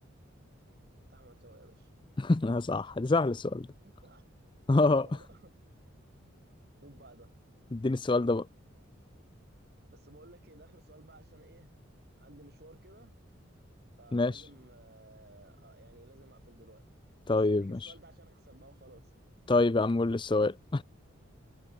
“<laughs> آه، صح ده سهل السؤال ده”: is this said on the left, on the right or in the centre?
Left